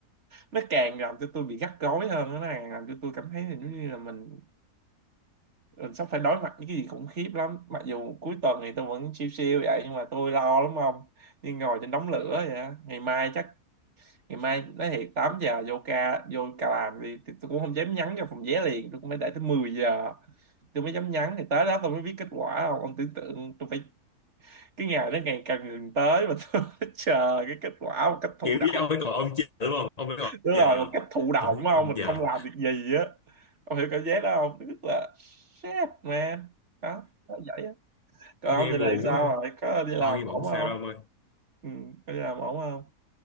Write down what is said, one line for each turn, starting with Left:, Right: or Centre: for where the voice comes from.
Right: nó càng làm cho tôi bị gắt gối hơn nó càng làm cho tôi cảm thấy là giống như là mình mình sắp phải đối mặt với cái gì khủng khiếp lắm mặc dù cuối tuần thì tôi vẫn siêu siêu vậy nhưng mà tôi lo lắm không như ngồi trên đống lửa vậy á. ngày mai chắc ngày mai nói thiệt 8 giờ vô ca vô ca làm đi thì tôi cũng không dám nhắn cho phòng vé liền tôi cũng phải đợi tới 10 giờ tôi mới dám nhắn thì tới đó tôi mới biết kết quả không ông tưởng tượng tôi phải cái ngày đó ngày càng gần tới mà <laughs> tôi phải chờ cái kết quả một cách thụ
Left: kiểu
Right: động
Left: như ông phải còn ông chờ đúng không ông phải còn ông
Right: đúng
Left: chờ
Right: rồi một cách thụ động
Left: ông phải còn
Right: không
Left: ông
Right: mình
Left: giờ
Right: không làm được gì á ông hiểu cảm giác đó không tức là shit man đó nó vậy á còn
Left: nghe
Right: ông giờ này
Left: buồn
Right: sao
Left: quá ha
Right: rồi có đi làm
Left: thôi nhưng mà
Right: ổn
Left: không sao
Right: không
Left: đâu ông ơi
Right: ừ, có đi làm ổn không